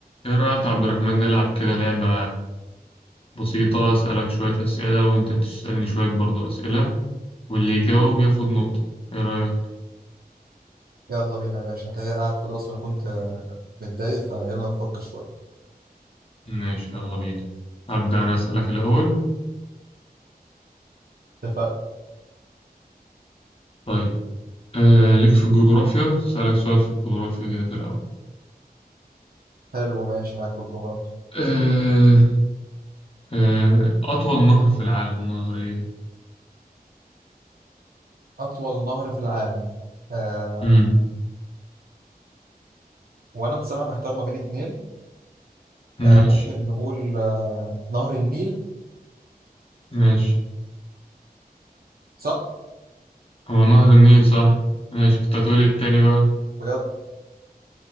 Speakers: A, on the left; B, on the right.
A: ايه رأيك يا عبد الرحمن نلعب كده لعبة بسيطة أسألك شوية أسئلة وأنت تسألني شوية برضو أسئلة واللي يجاوب ياخد نقطة ايه رأيك؟
B: يلا بينا يا باشا انا كده قاعد فاضي اصلا أنا كنت آه، متضايق فيلا نفك شويه
A: ماشي يلا بينا هبدأ أنا أسألك الأول
B: اتفقنا
A: طيب آه ليك في الجغرافيا أسألك سؤال في الجغرافيا كده في الأول
B: حلو ماشي معاك في الجغرافيا
A: آه آه أطول نهر في العالم نهر إيه؟
B: اطول نهر في العالم آه
A: مم.
B: وانا بصراحه محتار ما بين اتنين آه
A: ماشي
B: ممكن نقول آه نهر النيل
A: ماشي
B: صح
A: هو نهر النيل صح؟ ماشي كنت هتقولي التاني بقى
B: بجد